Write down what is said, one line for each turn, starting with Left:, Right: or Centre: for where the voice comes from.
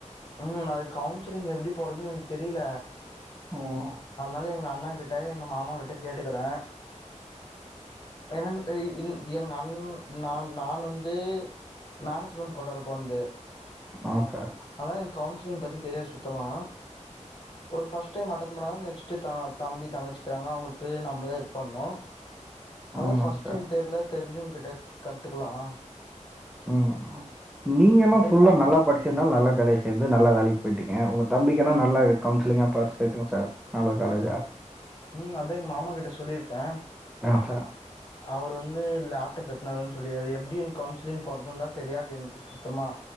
Left: ம் அது கவுன்சிலிங் எப்டி போறதுன்னு எனக்கு தெரில
Centre: உ ம் ம்
Left: அதனால எங்க அண்ணா கிட்ட எங்க மாமா கிட்ட கேட்டுக்குறே எ நன் இது எங் அண் நான் நான் வந்து மேனேஜ்மெண்ட் கோட்டால போனது
Centre: ஆ சார்
Left: அதனால எனக்கு கவுன்சிலிங் பத்தி தெரியாது சுத்தமா ஒரு ஃபர்ஸ்ட் டைம் அட்டன் பண்ணாதா நெக்ஸ்ட்டு த தம்பி தங்கச்சிக்கிறாங்க அவுங்களுக்கு நம்பதா இத் பண்ணு அத்தா
Centre: ஆமாங்க
Left: ஃபர்ஸ்ட்
Centre: சார்.
Left: டைம் தெரில தெரிஞ்சவங்கிட்ட கத்துக்கலாம்
Centre: ம் நீங்க எல்லா ஃபுல்லா
Left: எங்க மாமா
Centre: நல்லா படிச்சிதுனால நல்லா காலேஜ் சேந்து நல்லா வேலைக்கு போயிட்டீங்க உங்க தம்பிகெனா நல்ல கவுன்சிலிங்கா பாத்து சேத்துங்க சார் நல்ல காலேஜா
Left: ம் அதா எங்க மாமா கிட்ட சொல்லிருக்கே
Centre: ஆ சார்.
Left: அவர் வந்து லேப்டாப் எத்தனு வருது சொல்லி அது எப்டி என கவுன்சிலிங் போறது தா தெரியாது எனக்கு சுத்தமா